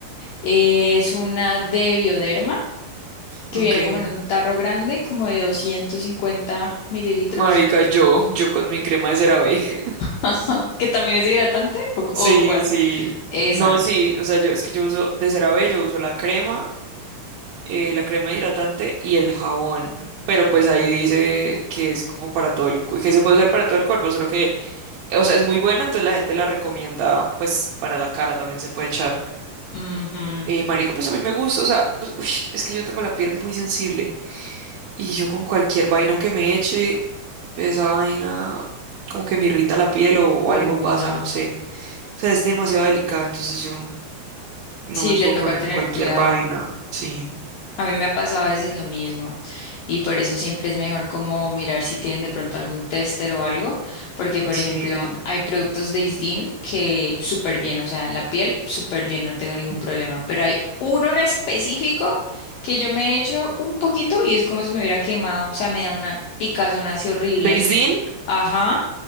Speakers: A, on the left; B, on the right.
A: Es una de Bioderma que
B: Ok.
A: viene como en un tarro grande, como de 250 mililitros,
B: Marica, yo, yo con mi crema de CeraVe. <laughs>
A: <laughs> que también es hidratante, ¿o,
B: Sí,
A: o cuál?
B: sí.
A: Esa.
B: No, sí, o sea, yo es que yo uso de CeraVe, yo uso la crema eh, la crema hidratante y el jabón. Pero pues ahí dice que es como para todo el, cu- que se puede usar para todo el cuerpo, solo que, o sea, es muy buena, entonces la gente la recomienda, pues, para la cara también se puede echar.
A: Ujú.
B: Eh, marica, pues a mí me gusta, o sea, pues, ush, es que yo tengo la piel muy sensible y yo con cualquier vaina que me eche, esa vaina como que me irrita la piel o, o
A: Uy,
B: algo pasa,
A: no.
B: no sé. O sea, es demasiado delicada, entonces yo no
A: Sí,
B: me
A: le
B: puedo
A: toca
B: poner
A: tener
B: cualquier
A: cuidado.
B: vaina. Sí,
A: A mí me ha pasado a veces lo mismo y por eso siempre es mejor como mirar si tienen de pronto algún tester o algo, porque por
B: sí.
A: ejemplo hay productos de Isdin que súper bien, o sea, en la piel súper bien, no tengo ningún
B: Mm.
A: problema, pero hay uno en específico que yo me he hecho un poquito y es como si me hubiera quemado, o sea, me da una picazón así horrible.
B: ¿Daisy?
A: Ajá,